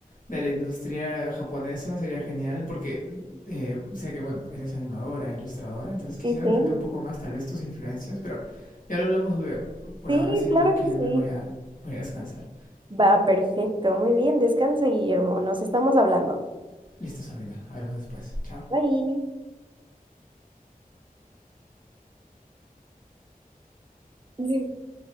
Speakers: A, on the left; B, on the right.
A: de la industria japonesa. Sería genial porque eh, sé que, bueno, eres animadora, ilustradora, entonces quisiera
B: Sí, sí,
A: entender un poco más tal vez tus influencias, pero ya lo hablamos luego. Por
B: sí,
A: ahora sí, yo
B: claro
A: tengo que
B: que
A: irme,
B: sí.
A: voy a, voy a descansar.
B: Va, perfecto, muy bien, descansa, Guillermo, nos estamos hablando.
A: Listo, Sabrina. Hablamos después. Chao.
B: Bye. <laughs>